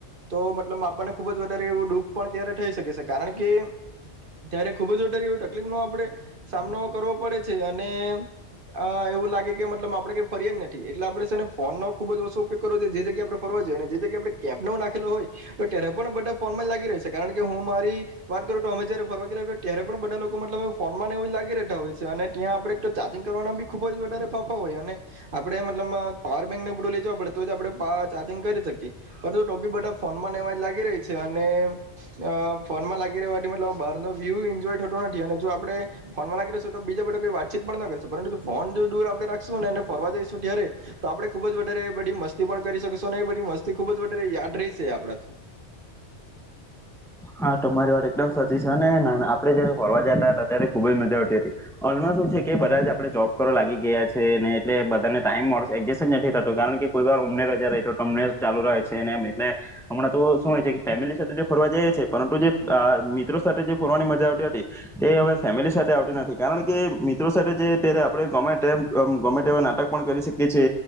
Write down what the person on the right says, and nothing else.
તો મતલબ આપણને ખુબ જ વધારે એવું દુઃખ પણ ત્યારે થઈ શકે સે કારણ કે ત્યારે ખુબ જ વધારે એવ તકલીફ નો આપણે સામનો કરવો પડે છે અને અ એવું લાગે કે મતલબ આપણે કઈ ફરિયા જ નથી એટલે આપણે છે ને ફોન નો ખુબ જ ઓછો ઉપયોગ કરો જે જગ્યા આપણે ફરવા જઈએ જે જગ્યા આપણે કેપ નો નાખેલો હોય તો ત્યારે પણ બધા ફોનમાં જ લાગી રહે છે કારણ કે હું મારી વાત કરું તો અમે જયારે ફરવા ગેલા ઉતા ત્યારે પણ બધા લોકો મતલબમા ફોનમા ને એવું જ લાગી રહેતા હોય છે અને ત્યાં આપણેે એક તો ચાર્જિંગ કરવાના બી ખુબ જ વધારે ફાંફા હોય અને આપણે મતલબમા પાવર બેંકને બધુ લે જવા પડે તો એ જ આપણે પા ચાર્જિંગ કરી શકીએ પરંતુ ટોબી બધા ફોનમાંને એવા જ લાગી રહી છે અને અ ફોનમાં લાગી રહેવાથી મતલબ બારનો વ્યુ એન્જોય થતો નથી અને જો આપણે ફોનમાં લાગી રહેશું તો બીજા બધા ને વાતચીત પણ ન કરીશું પરંતુ જો ફોન જો દૂર આપણે રાખશું ને ને ફરવા જઈશું ત્યારે તો આપડે ખુબજ વધારે બધી મસ્ત તી પણ કરી શકશો ને એ બધી મસ્ત તે ખૂબ જ વધારે યાદ રહીશે આપણાથી